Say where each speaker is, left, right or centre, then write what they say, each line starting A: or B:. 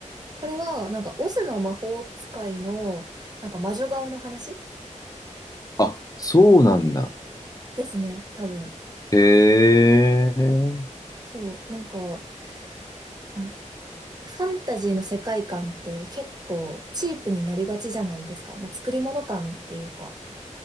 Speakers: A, on the right; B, on the left.
A: これは、なんか、オズの魔法使いの、なんか、魔女側の話
B: あ、そうなんだ。
A: ですね、多分。
B: へえ。
A: そう、なんか、あの、ファンタジーの世界観って結構チープになりがちじゃないですか。まあ、作り物感っていうか。